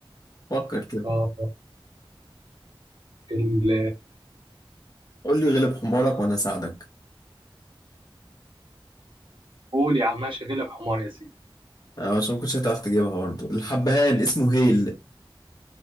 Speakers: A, on the left (about 45°); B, on the right (about 60°).
A: فكر كده
B: آه، ال
A: قول لي غلب حمارك وأنا أساعدك
B: قول يا عم ماشي غلب حمار يا سيدي
A: آه، عشان ما كنتش هتعرف تجيبها برضه الحبهان اسمه هيل